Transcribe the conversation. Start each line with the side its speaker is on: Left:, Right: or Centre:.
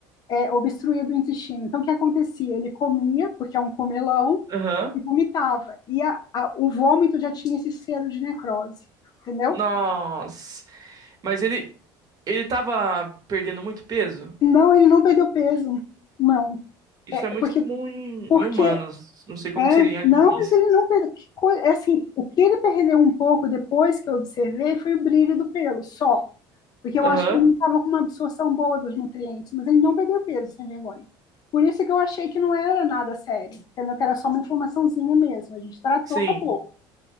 Left: é, obstruído o intestino. Então, o que acontecia? Ele comia, porque é um comelão,
Right: Aham.
Left: e vomitava. E a, a- o vômito já tinha esse cheiro de necrose, entendeu?
Right: Nossa. Mas ele. Ele tava perdendo muito peso?
Left: Não, ele não perdeu peso, não.
Right: Isso
Left: É
Right: é muito
Left: é porque,
Right: comum em,
Left: porque
Right: em humanos. Não sei como
Left: é,
Right: que seria em animais.
Left: não, mas ele não perdeu. que coi- é assim, o que ele perdeu um pouco depois que eu observei foi o brilho do pelo, só. Porque eu
Right: Aham.
Left: acho que ele não estava com uma absorção boa dos nutrientes, mas ele não perdeu peso sem vergonha. Por isso que eu achei que não era nada sério, entendeu? Que era só uma inflamaçãozinha mesmo. A gente tratou,
Right: Sim,
Left: acabou.